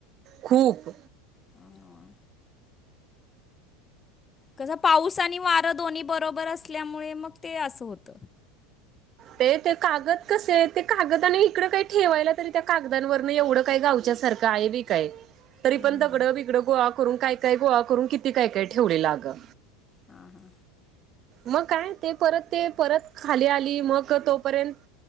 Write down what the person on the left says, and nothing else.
अं, कसं पाऊस आणि वारं दोन्ही बरोबर असल्यामुळे, मग ते असं होतं.
हम्म
हा हा.